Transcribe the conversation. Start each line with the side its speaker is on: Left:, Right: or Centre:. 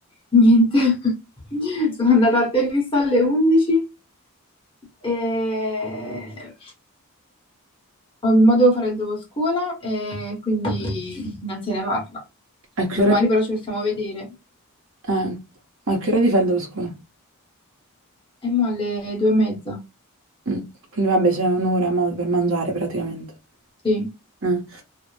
Left: niente. <laughs> Sono andata a tennis alle 11 e ho- mo devo fare il dopo scuola e quindi non se ne parla.
Right: A che
Left: Domani
Right: ora?
Left: però ci possiamo vedere.
Right: Eh, ma che ora ti fai il dopo scuola?
Left: E mo alle due e mezza.
Right: Mm, Quindi vabbè, c'è un'ora mo per mangiare praticamente.
Left: Sì,
Right: Eh,